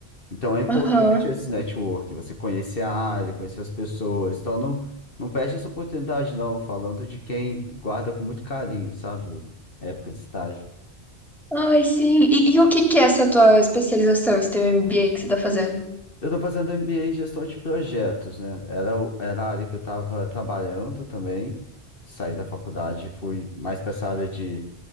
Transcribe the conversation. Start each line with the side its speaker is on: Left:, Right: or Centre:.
Left: Então é importante
Centre: Aham.
Left: esse network, você conhecer a área, conhecer as pessoas. Então não, não perde essa oportunidade, não, falando de quem guarda com muito carinho, sabe, a época de estágio.
Centre: Ai, sim. E, e o que que é essa tua especialização, esse teu MBA que você tá fazendo?
Left: Eu estou fazendo MBA em gestão de projetos, né? Era, o- era a área que eu estava trabalhando também. Saí da faculdade e fui mais para essa área de,